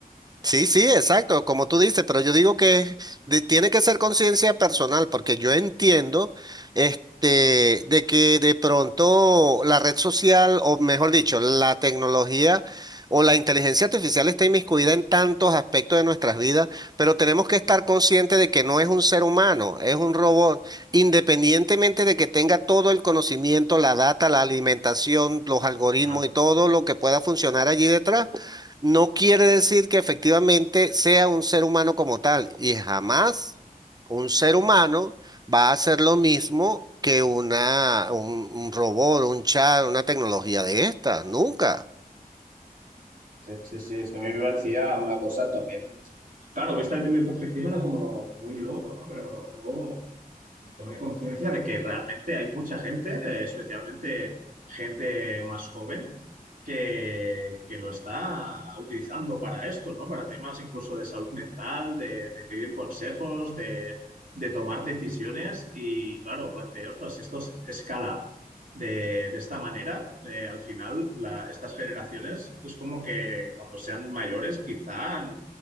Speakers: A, on the right; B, on the right.
A: Sí, sí, exacto, como tú dices, pero yo digo que de- tiene que ser conciencia personal, porque yo entiendo este, de que de pronto la red social, o mejor dicho, la tecnología o la inteligencia artificial está inmiscuida en tantos aspectos de nuestras vidas, pero tenemos que estar conscientes de que no es un ser humano, es un robot, independientemente de que tenga todo el conocimiento, la data, la alimentación, los algoritmos
B: Claro.
A: y todo lo que pueda funcionar allí detrás no quiere decir que efectivamente sea un ser humano como tal, y jamás
B: pues,
A: un ser humano va a hacer lo mismo que una, un, un robot, un chat, una tecnología de estas, nunca.
B: Sí, sí, es que a mí me parecía una cosa también. Claro, vista desde mi perspectiva era como muy loco, ¿no? Pero luego tomé conciencia de que realmente hay mucha gente, eh, especialmente gente más joven, que, que lo está utilizando para esto, ¿no? Para temas incluso de salud mental, de, de pedir consejos, de, de tomar decisiones. Y claro, planteo, ostras, si esto es- escala de, de esta manera, eh, al final la- estas generaciones es como que cuando sean mayores quizá...